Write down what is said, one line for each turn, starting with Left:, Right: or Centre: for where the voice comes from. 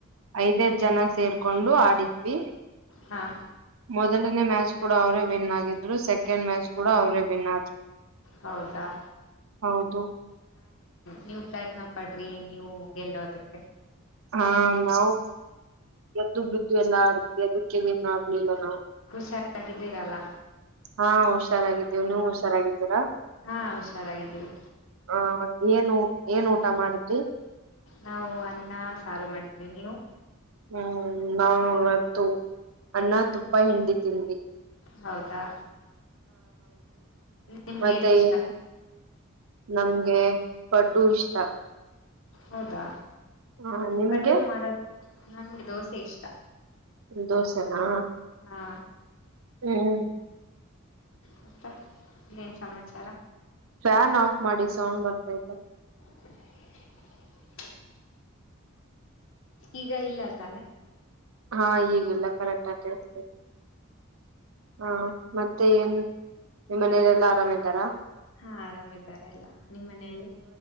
Right: ಐದ್ದ್ ಜನ ಸೇರ್ಕೊಂಡು ಆಡಿದ್ವಿ
Left: ಹಾ
Right: ಮೊದಲನೇ ಮ್ಯಾಚ್ ಕೂಡ ಅವರೇ ವಿನ್ ಆಗಿದ್ರು ಚ ಮ್ಯಾಚ್ ಕೂಡ ಅವ್ರೇನ್
Left: ಹೌದಾ
Right: ಹೌದು
Left: ನೀವುಪ್ರಯತ್ನ ಪಡ್ರಿ ನೀವು ಗೆಲ್ಲೋದಕ್ಕೆ
Right: ಹಾ ನಾವು ಎದ್ದು ಬಿದ್ದು ಎಲ್ಲ ಆಡ್ತ ಎದಕ್ಕೆನ್ ಆಗ್ಲಿಲ್ಲ ನಾವು
Left: ಚಾರಾಗಿದ್ದೀರಲ್ಲ
Right: ಹಾ ಹುಷಾರಾಗಿದ್ದೀವು ನೀವು ಹುಷಾರಾಗಿದ್ದೀರಾ
Left: ಹಾ ಹುಷಾರಾಗಿದ್ದೀವಿ
Right: ಹ ಏನ್ ಏನ್ ಊಟ ಮಾಡಿದ್ರಿ
Left: ನಾವು ಅನ್ನ ಸಾರು ಮಾಡಿದ್ವಿ ನೀವು
Right: ಹ್ಮ್ ನಾವು ಇವತ್ತು ಅನ್ನ ತುಪ್ಪ ಹಿಂಡಿ ತಿನ್
Left: ಹೌದಾ ನಿಮ್ಗೆ
Right: ಮತ್ತೆನು
Left: ಏನ್ ಇಷ್ಟ
Right: ನಮ್ಗೆ ಪದ್ದು ಇಷ್ಟ
Left: ಹೌದಾ
Right: ಹಾ ನಿಮ್ಗೆ
Left: ಪಡ್ಡು ಮಾಡೋದು ನಂಗೆ ದೋಸೆ ಇಷ್ಟ
Right: ದೋಸೆನಾ
Left: ಹಾ
Right: ಹ್ಮ್
Left: ಮತ್ತಏನ್ ಸಮಾಚಾರ
Right: ಫ್ಯಾನ್ ಆಫ್ ಮಾಡಿ ಸೌಂಡ್ ಬರ್ತೈತೆ
Left: <unintelligible> ಈಗ ಇಲ್ಲ ತಾನೆ
Right: ಹಾ ಹಗಿಲ್ಲ ಕರೆಕ್ಟ್ ಆಗಳ್ತೇದೆ ಹಾ ಮತ್ತೆ ಏನ್ ಮನಲೆಲ್ಲಾ ಆರಾಮ ಇದಾರಾ
Left: ಹಾ ಆರಾಮ್ದಾರ ಎಲ್ಲಾ ನಿಮ್ಮ್ ಮನೆಯಲ್ಲಿ